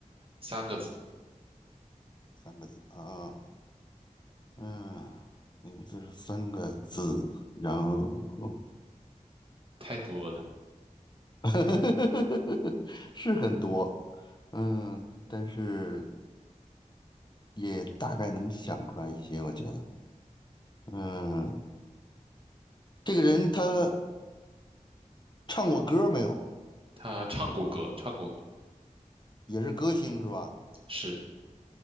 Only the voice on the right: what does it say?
三个字，
太多了。
他唱过歌，唱过歌，
是，